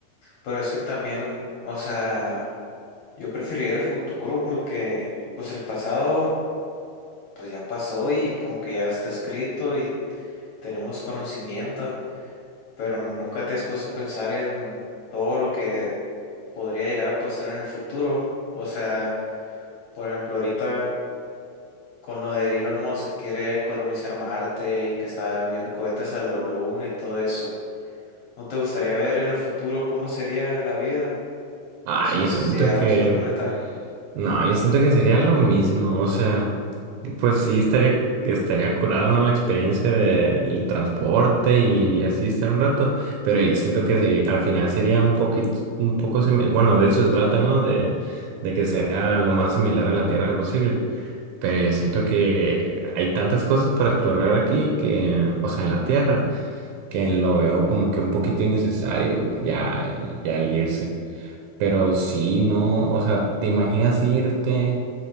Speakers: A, on the left; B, on the right.
A: Pero es que también, o sea, yo preferiría el futuro porque, pues el pasado, pues ya pasó y como que ya está escrito y tenemos conocimiento, pero nunca te has puesto a pensar en todo lo que podría llegar a pasar en el futuro. O sea, por ejemplo, ahorita. con lo de Elon Musk que quiere colonizar Marte y que está enviando cohetes a la Luna y todo eso. ¿No te gustaría ver en el futuro cómo sería la vida?
B: Ay,
A: O sea,
B: yo
A: si
B: siento
A: llegáramos
B: que
A: a otro planeta.
B: No, yo siento que sería lo mismo, o sea, pues sí estaría, estaría curada, ¿no? La experiencia del transporte y así estar un rato, pero yo siento que sí, al final sería un poquito, un poco similar, bueno, de eso se trata, ¿no? De, de que sea lo más similar a la Tierra posible, pero yo siento que hay tantas cosas para explorar aquí que, o sea, en la Tierra, que lo veo como que un poquito innecesario ya, ya el irse, pero sí, ¿no? O sea, ¿te imaginas irte?